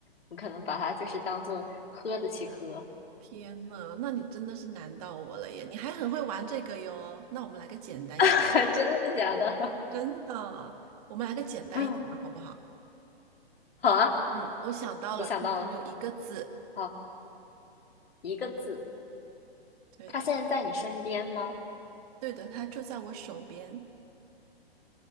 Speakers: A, on the left; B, on the right.
A: 我可能把它就是当做喝的去喝，
B: 天呐，那你真的是难到我了耶！你还很会玩这个哟。那我们来个简单一点，
A: <laughs> 真的假的？
B: 真的，我们来个简单一点的好不好？
A: <laughs> 嗯好啊，
B: 嗯，我想到了，
A: 你想到了，
B: 它只有一个字。
A: 好，一个字，
B: 对的。
A: 他现在在你身边吗？
B: 对的，它就在我手边。